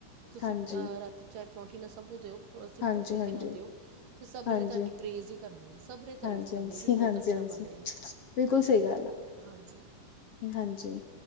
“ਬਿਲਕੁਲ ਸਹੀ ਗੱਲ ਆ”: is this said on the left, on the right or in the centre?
Left